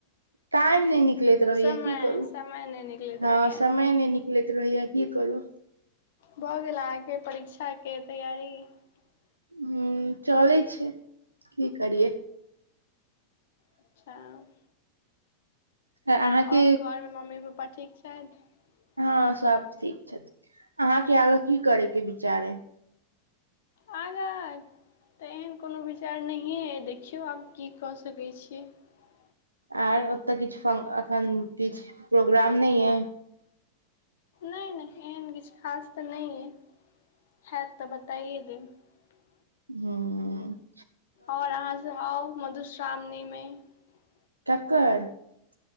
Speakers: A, on the right; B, on the left.
A: टाइम नै निक लैत रहैये
B: समय
A: कि करू,
B: समय नहि निकलैत रहैए
A: हां समय नै निकलैत रहैये कि करू?
B: भऽ गेल अहाँके परीक्षाके तैयारी। <unintelligible>
A: ह चलै छै की करियै। <unintelligible>
B: अच्छा। <unintelligible>
A: अहाँके
B: आओर घरमे मम्मी पप्पा ठीक छथि। <unintelligible>
A: हँ सब ठीक छथि अहाँके आगे की करे के विचार हइ। <unintelligible>
B: आगाँ तऽ एहन कोनो विचार नहिए देखियौ आब की कऽ सकैत छियै। <unintelligible>
A: आ। <unintelligible> तऽ किछु एखन। <unintelligible> किछु प्रोग्राम न है। <unintelligible>
B: नई- नई एहन किछु खास तऽ नहि अइ हत तऽ बताइए देब। <unintelligible>
A: हँ। <unintelligible>
B: आओर अहाँ से आउ मधुश्रावनि। सामनीमे। <unintelligible>
A: कक्कर। <unintelligible>